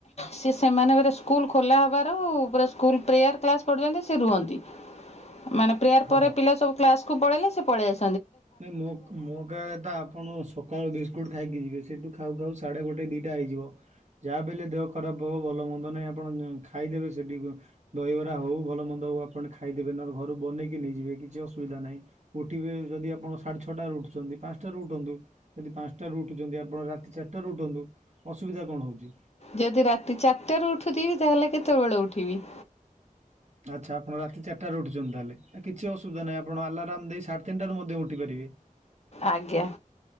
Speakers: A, on the left; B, on the right.
A: ସିଏ ସେମାନେଙ୍କରେ ସ୍କୁଲ ଖୋଲା ହବାରୁ ପୁରା ସ୍କୁଲ ପ୍ରେୟାର କ୍ଲାସ ପୁଛନ୍ତି ସେ ରୁହନ୍ତି ମାନେ ପ୍ରେୟାର
B: ହଁ
A: ପରେ ପିଲା ସବୁ କ୍ଲାସକୁୁ ପଳେଇଲେ ସେ ପଳେଇ ଆସ
B: ନାଇ ମୋ ମୋ କହିବା କଥା ଆପଣ ସକାଳୁ ବିସ୍କୁଟ୍ ଖାଇକି ଯିବେ ସେଇଠୁ ଖାଉ ଖାଉ ସାଢେ ଗୋଟେ ଟେ ଦିଟା ହେଇଯିବ ଯାହା ବି ହେଲେ ଦେହ ଖରାପ ହଉ ଭଲ ମନ୍ଦ ନାହିଁ ଆପଣ ଖାଇଦେବେ ସେଠି ଦହିବରା ହଉ ଭଲ ମନ୍ଦ ଆଉ ଆପଣ ଖାଇଦେବେ ନହଲେ ଘରୁ ବନେଇି ନେଇଯିବେ କିଛି ଅସୁବିଧା ନାହିଁ ଉଠିବେ ଯଦି ଆ ଆପଣ ସାଢେ ଛଅଟାରୁ ଉଠୁଛନ୍ତି ପାଞ୍ଚଟାରୁ ଉଠନ୍ତୁ ଯଦି ପାଞ୍ଚଟାରୁ ଉଠୁଛନ୍ତି ଆପଣ ରାତି ଚାରିଟାରୁ ଉଠନ୍ତୁ। ଅସୁବିଧା କଣ ହଉଛି?
A: ଯଦି ରାତି ଚାରିଟାରୁ ଉଠୁଥିବି ତାହେଲେ କେତେବେଳୁ ଉଠିବି-?
B: ଆଚ୍ଛା ଆପଣ ରାତି ଚାରିଟାରୁ ଉଠୁଛନ୍ତି ତାହେଲେ ଆ କିଛି ଅସୁବିଧା ନାହିଁ ଆପଣ ଆଲାରାମ୍ ଦେଇ ସା ତିନିଟାରୁ ମଧ୍ୟ ଉଠି ପାରିବେ।
A: ଆଜ୍ଞା।